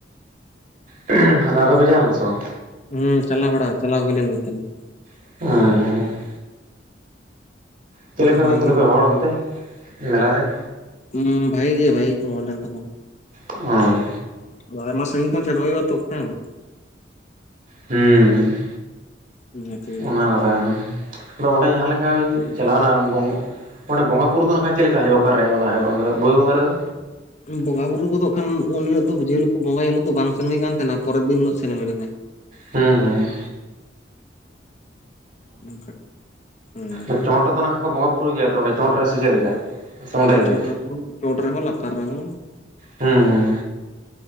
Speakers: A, on the right; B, on the left.
A: ᱛᱟᱦᱚᱞᱮ ᱟᱯᱮ ᱯᱮ ᱪᱟᱞᱟᱣ ᱞᱮᱱᱟ ᱥᱮ ᱵᱟᱝ?
B: ᱦᱩᱸ ᱪᱟᱞᱟᱣ ᱵᱟᱲᱟ ᱪᱟᱞᱟᱣ ᱦᱩᱭ ᱞᱮᱱ ᱜᱮ ᱛᱟᱦᱮᱸᱱᱟ᱾
A: <inaudible> ᱪᱮᱫ
B: ᱟᱹᱰᱤ
A: ᱞᱮᱠᱟ
B: ᱵᱷᱟᱜᱤ
A: ᱜᱚᱝᱠᱮ
B: ᱜᱮ
A: ᱛᱚᱵᱮ ᱦᱚᱲ, ᱚᱱᱛᱮ ᱢᱮᱞᱟᱨᱮ?
B: ᱦᱩᱸ ᱵᱷᱟᱜᱮ ᱜᱮ ᱵᱷᱟᱜᱮ, ᱜᱮ ᱠᱚ ᱦᱚᱲ ᱞᱮᱱ ᱛᱟᱠᱣᱭᱟ᱾
A: ᱚᱻ
B: ᱟᱫᱚ ᱟᱭᱢᱟ ᱥᱟᱹᱜᱤᱧ ᱠᱷᱚᱱ <unintelligible> ᱦᱩᱭᱩᱜ-ᱟ ᱛᱩᱯᱩᱱ᱾
A: ᱦᱩᱸᱻ
B: ᱚᱱᱟᱛᱮ
A: ᱚᱱᱟᱦ ᱠᱟᱛᱷᱟ ᱠᱟᱱᱟ, ᱟᱫᱚ ᱚᱸᱰᱮ ᱡᱟᱦᱟᱸ ᱞᱮᱠᱟ ᱵᱤᱱ ᱪᱟᱞᱟᱣᱱᱟ ᱵᱩᱱ ᱚᱸᱰᱮ ᱵᱚᱸᱜᱟ ᱵᱩᱨᱩ ᱫᱚ ᱱᱟᱜᱠᱷᱟᱱ ᱪᱮᱫ ᱞᱮᱠᱟ ᱦᱩᱭᱩᱜᱼᱟ? ᱚᱠᱟᱨᱮ ᱚᱱᱟ ᱦᱩᱭᱩᱜᱼᱟ? ᱚᱸᱰᱮ ᱫᱚ ᱵᱩᱦᱤ ᱵᱚᱸᱜᱟ ᱨᱮᱫᱚ?
B: ᱵᱚᱸᱜᱟ ᱵᱩᱨᱩ ᱠᱚᱫᱚ ᱠᱷᱟᱱ, ᱩᱱ ᱦᱤᱞᱚᱜ ᱫᱚ ᱡᱮ ᱦᱤᱞᱳᱜ ᱠᱚ ᱵᱚᱸᱜᱟᱭᱟ ᱩᱱ ᱦᱤᱞᱳᱜ ᱫᱚ ᱵᱟᱝ ᱥᱮᱱ ᱦᱩᱭ ᱠᱟᱱ ᱛᱟᱦᱮᱱᱟ, ᱯᱚᱨᱮ ᱫᱤᱱ ᱦᱤᱞᱳᱜ ᱥᱮᱱ ᱦᱩᱭ ᱞᱮᱱᱟ᱾
A: ᱦᱮᱸ ᱦᱮᱸ᱾
B: ᱚᱱᱠᱟ ᱦᱮᱸ
A: ᱚᱻ ᱪᱚᱸᱰ ᱫᱚ ᱱᱟ ᱠᱷᱟ ᱠᱚ ᱵᱚᱸᱜᱟ ᱵᱩᱨᱩᱭ ᱜᱮᱭᱟ ᱛᱚ, ᱚᱸᱰᱮ ᱪᱚᱸᱰ ᱨᱮ ᱥᱮ ᱪᱮᱫ ᱞᱮᱠᱟ? ᱥᱮ ᱚᱸᱰᱮ
B: ᱦᱮᱸ
A: ᱜᱮ
B: ᱪᱚᱴ ᱨᱮᱦᱚ, ᱞᱟᱛᱟᱨ ᱨᱮᱦᱚ᱾
A: ᱦᱩᱸ ᱦᱩᱸ